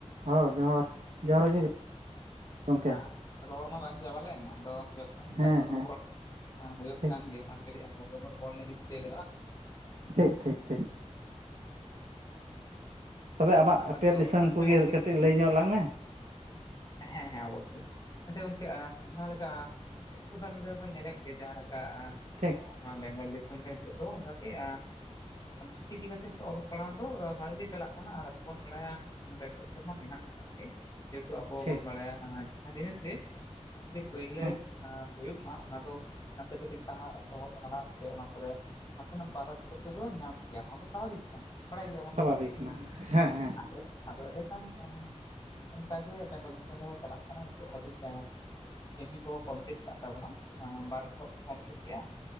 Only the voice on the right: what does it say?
ᱦᱚᱸ ᱡᱚᱦᱟᱨ, ᱡᱚᱦᱟᱨ ᱜᱮ ᱜᱚᱢᱠᱮ
ᱦᱮᱸ
ᱦᱮᱸ
ᱴᱷᱤᱠ
ᱴᱷᱤᱠ ᱴᱷᱤᱠ ᱴᱷᱤᱠ
ᱛᱚᱵᱮ ᱟᱢᱟᱜ ᱟᱯᱮᱭᱟᱜ
ᱫᱤᱥᱚᱢ
ᱠᱚᱜᱮ
ᱠᱟᱹᱴᱤᱡ ᱞᱟᱹᱭ ᱧᱚᱜ ᱟᱞᱝ ᱢᱮ᱾
ᱴᱷᱤᱠ
ᱴᱷᱤᱠ
ᱦᱮᱸ
ᱥᱟᱵᱷᱟᱵᱤᱠ
ᱠᱟᱱᱟ ᱦᱮᱸ ᱦᱮᱸ